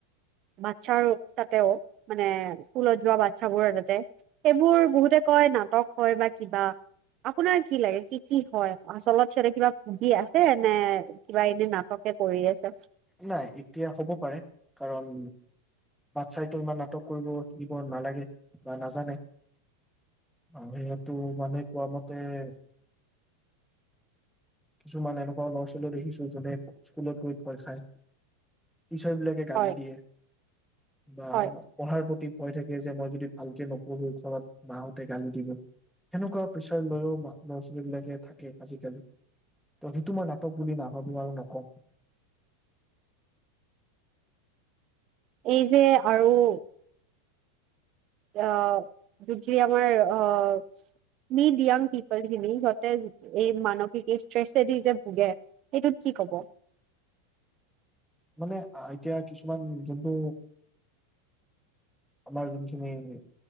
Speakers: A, on the right; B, in the centre.
A: বাচ্ছাৰ তাতেও মানে স্কুলত যোৱা বাচ্ছাবোৰ তাতে সেইবোৰ বহুতে কয় নাটক হয় বা কিবা আপোনাৰ কি লাগে কি কি হয় আচলত সিহতে কিবা ভূগী আছে নে কিবা এনে নাটকে কৰি আছে
B: নাই এতিয়া হ'ব পাৰে কাৰণ বাচ্ছাইতো ইমান নাটক কৰিব শিকিব নালাগে বা নাজানে মানুসেটো মানে কোৱা মতে - কিছুমান এনেকুৱা ল'ৰা ছোৱালীউ দেখিচো জোনে স্কুলত গৈ ভয় খায়। টিচাৰ বিলাকে গালি
A: হয়
B: দিয়ে বা
A: হয়
B: পঢ়াৰ প্ৰতি - কয় থাকে যে মই যদি ভালকে নপঢ়ো ঘৰত মাহঁতে গালি দিব সেনেকুৱা প্ৰেচাৰ লৈও ল'ৰা ছোৱালী বিলাকে থাকে আজিকালি। সেইটো টো মই নাটক বুলি নাভাবো আৰু নকওঁ।
A: এই যে আৰু - আহ, যে আমাৰ আহ, মিড য়াং পিপল খিনি সিহতে এই মানসিক ষ্ট্ৰেছেদি যে ভোগে সেইটোত কি কব?
B: মানে এতিয়া কিছুমান যোনটো আমাৰ যোনখিনি